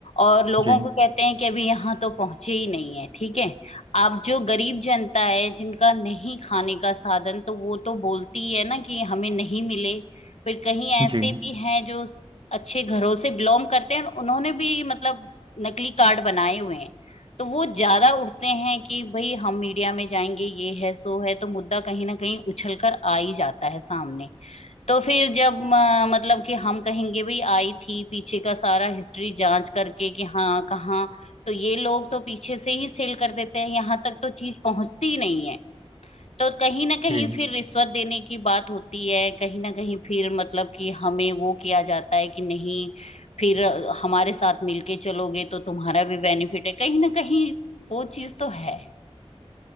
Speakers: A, on the left; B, on the right.
A: और लोगों
B: जी
A: को कहते हैं कि अभी यहाँ तो पहुंचे ही नहीं है ठीक है अब जो गरीब जनता है जिनका नहीं खाने का साधन तो वो तो बोलती है ना कि हमें नहीं मिले फिर कहीं ऐसे
B: जी
A: भी हैं जो अच्छे घरों से बिलोंग करते हैं और उन्होंने भी मतलब नकली कार्ड बनाए हुए हैं तो वो ज्यादा उठते हैं कि भाई हम मीडिया में जाएंगे ये है सो है तो मुद्दा कहीं ना कहीं उछल कर आ ही जाता है सामने तो फिर जब अ, मतलब कि हम कहेंगे भाई आई थी पीछे का सारा हिस्ट्री जांच करके कि हाँ कहाँ तो ये लोग तो पीछे से ही सेल कर देते हैं यहाँ तक तो चीज पहुंचती ही नहीं है तो कहीं ना कहीं
B: जी
A: फिर रिश्वत देने की बात होती है कहीं ना कहीं फिर मतलब कि हमें वो किया जाता है कि नहीं फिर हमारे साथ मिलके चलोगे तो तुम्हारा भी बेनिफिट है कहीं ना कहीं वो चीज तो है